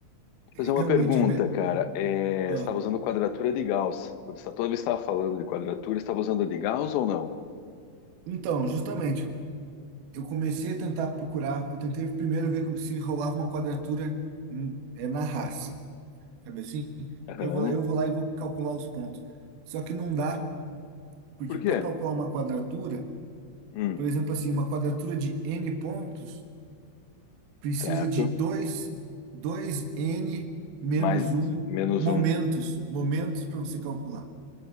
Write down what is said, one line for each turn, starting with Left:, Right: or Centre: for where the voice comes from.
Left: eu Fazer uma
Right: Realmente,
Left: pergunta,
Right: é me-
Left: cara. É,
Right: ah,
Left: você estava usando quadratura de Gauss? Quando você, tá- toda vez que estava falando de quadratura, você estava usando a de Gauss ou não?
Right: então, justamente. Eu comecei a tentar procurar. Eu tentei primeiro ver como se rolava uma quadratura hum, é, na raça, sabe assim?
Left: Aham.
Right: Eu vou lá, eu vou lá e vou calcular os pontos. Só que não dá, porque
Left: Por
Right: para
Left: quê?
Right: calcular uma quadratura,
Left: Hum,
Right: por exemplo, assim, uma quadratura de n pontos precisa
Left: certo.
Right: de dois, dois n menos
Left: Mais
Right: um
Left: menos
Right: momentos,
Left: um.
Right: momentos para você calcular,